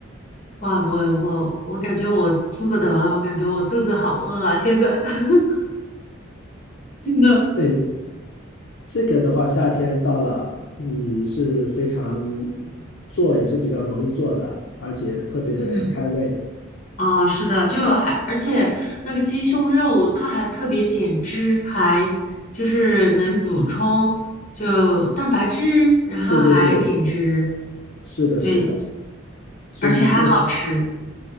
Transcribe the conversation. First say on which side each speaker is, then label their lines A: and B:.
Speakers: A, on the left; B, on the left.
A: 哇，我我我感觉我听不得了，我感觉我肚子好饿啊！现在 <laughs> 真的，
B: 对，这个的话，夏天到了，你是非常做也是比较容易做的，而且特别开胃。
A: 嗯啊，是的，就还而且那个鸡胸肉它还特别减脂，还就是能补充就蛋白质，然后还减脂，
B: 对对对，是的，
A: 对，
B: 是的，所以这
A: 而且还好吃。